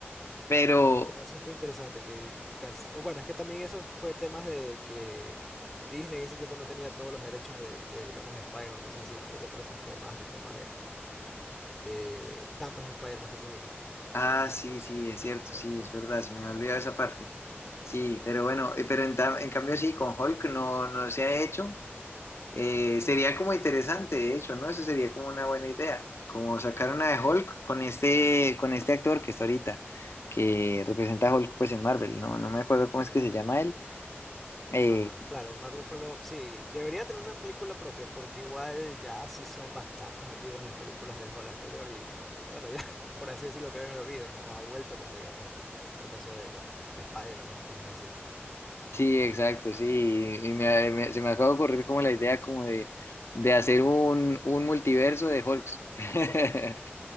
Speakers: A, on the left; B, in the centre.
A: Pero,
B: Pero eso fue interesante, que cas- o bueno, es que también eso fue temas de que Disney en ese tiempo no tenía todos los derechos de, de digamos, Spider-Man, cosas así. Creo que por eso fue más el tema de, de tantos Spider-Man que tuvimos.
A: ah, sí, sí, es cierto, sí, es verdad, se me había olvidado esa parte. Sí, pero bueno, eh, pero en, ta- en cambio sí, con Hulk no, no se ha hecho. Eh, sería como interesante, de hecho, ¿no? Eso sería como una buena idea, como sacar una de Hulk con este, con este actor que está ahorita, que representa a Hulk pues en Marvel, ¿no? No me acuerdo cómo es que se llama él. Eh,
B: Ajá, claro, Mark Ruffalo, sí, debería tener una película propia, porque igual ya sí son bastantes antiguas las películas del Hall anterior y bueno, ya <laughs> por así decirlo quedó en el olvido, no ha vuelto como digamos en el caso de los Spider-Man o cosas así.
A: sí, exacto, sí, y me- me- se me acaba de ocurrir como la idea como de, de hacer un, un multiverso de Hulks. <laughs>